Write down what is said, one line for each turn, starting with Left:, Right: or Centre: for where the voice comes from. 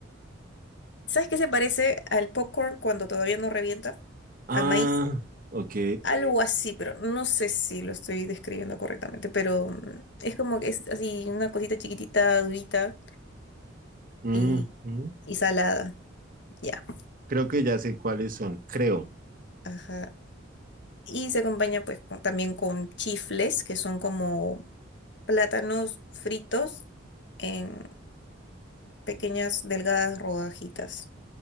Left: ¿Sabes qué se parece al popcorn cuando todavía no revienta?
Right: Ah,
Left: ¿A maíz?
Right: ok.
Left: Algo así, pero no sé si lo estoy describiendo correctamente, pero mm, es como que es así una cosita chiquitita, durita
Right: Ujú.
Left: y, y salada. Ya.
Right: Creo que ya sé cuáles son, creo.
Left: Ajá. Y se acompaña pues con- también con chifles, que son como plátanos fritos en pequeñas delgadas rodajitas.